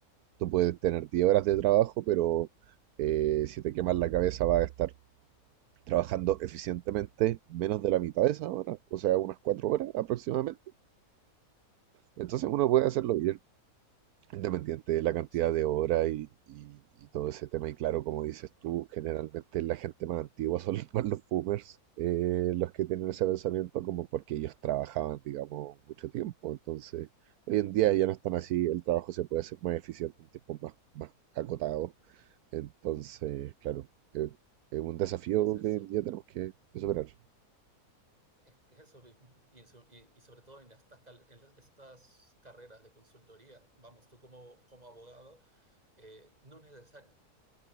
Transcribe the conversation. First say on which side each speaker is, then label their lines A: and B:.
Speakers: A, on the right (about 75°); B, on the right (about 25°).
A: tú puedes tener 10 horas de trabajo, pero eh, si te quemas la cabeza vas a estar trabajando eficientemente menos de la mitad de esa hora, o sea, unas 4 horas aproximadamente. Entonces uno puede hacerlo bien. independiente de la cantidad
B: sí,
A: de horas y, y- y todo ese tema. Y claro, como dices tú, generalmente la gente más antigua son <laughs> más los boomers, eh, los que tienen ese pensamiento como porque ellos trabajaban, digamos, mucho tiempo. Entonces, hoy en día ya no están así, el trabajo se puede hacer más eficiente en tiempos más, más acotados. Entonces, claro, eh, es un desafío
B: es que es eso,
A: que hoy en día tenemos que superar.
B: Es que eso mismo, y, en su- y- y sobre todo en estas, cal- en las- estas carreras de consultoría, vamos, tú como, como abogado, eh, no necesariamente,